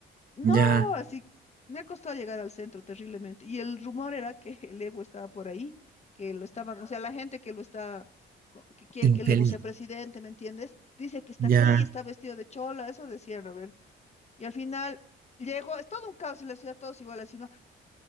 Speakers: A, on the left (about 35°); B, on the right (about 45°).
A: No,
B: ya.
A: así me ha costado llegar al centro terriblemente. Y el rumor era que <laughs> el Evo estaba por ahí, que lo estaban, o sea, la gente que lo está, co- que quiere
B: Infeliz.
A: que el Evo sea presidente, ¿me entiendes? Dice que está
B: Ya.
A: aquí y está vestido de chola, eso decían, a ver. Y al final llegó, es todo un caos en la ciudad, todos igual así, ¿no?